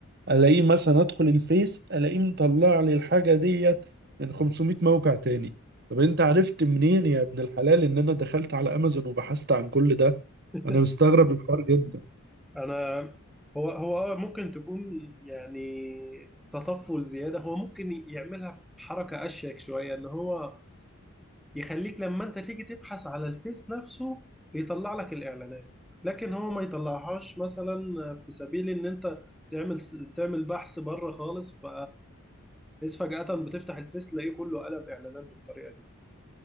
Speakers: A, on the right; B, in the centre.
A: الاقيه مثلا ادخل الفيس الاقيه مطلع لي الحاجه ديت من 500 موقع تاني طب انت عرفت منين يا ابن الحلال ان انا دخلت على امازون وبحثت عن كل ده
B: <laughs>
A: انا مستغرب الحوار جدا
B: انا هو هو اه ممكن تكون يعني تطفل زيادة هو ممكن يعملها بحركة اشيك شوية ان هو يخليك لما انت تيجي تبحث على الفيس نفسه يطلع لك الاعلانات لكن هو ما يطلعهاش مثلا في سبيل ان انت تعمل تعمل بحث بره خالص ف إذ فجأة بتفتح الفيس تلاقيه كله قلب اعلانات بالطريقة دي